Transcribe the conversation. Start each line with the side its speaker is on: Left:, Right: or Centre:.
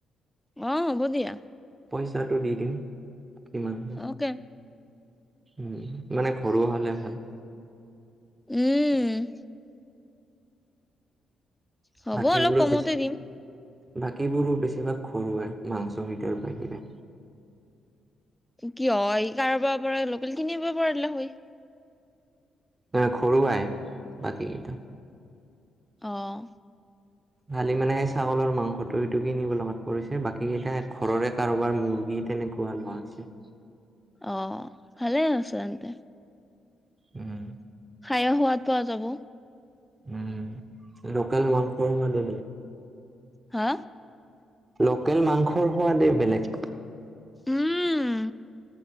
Centre: অঁ হ'ব দিয়া
Right: পইচাটো দি দিম কিমান হয়
Centre: অকে
Right: উম মানে ঘৰুৱা হ'লে ভাল
Centre: উম হ'ব
Right: বাকীবোৰো
Centre: অলপ কমতে
Right: বেছি
Centre: দিম
Right: বাকীবোৰো বেছিভাগ ঘৰুৱাই মাংসকেইটাৰ বাহিৰে
Centre: কি হয় কাৰোবাৰ পৰা লোকেল খিনিব পৰিলে হয়
Right: তমাৰ খৰুৱাই বাকী কেইটা
Centre: অঁ
Right: খালি মানে সেই ছাগলৰ মাংসটো সেইটো কিনিব লগাত পৰিছে বাকী কেইটা ঘৰৰে কাৰোবাৰ মুৰ্গী তেনেকুৱা লোৱা হৈছে
Centre: অ ভালে হৈছে তেন্ত
Right: উম
Centre: খাইয়ো সোৱাদ পোৱা যাব
Right: উম লোকেল মাংস মানে
Centre: হা
Right: লোকেল মাংসৰ সোৱাদেই বেলেগ
Centre: উম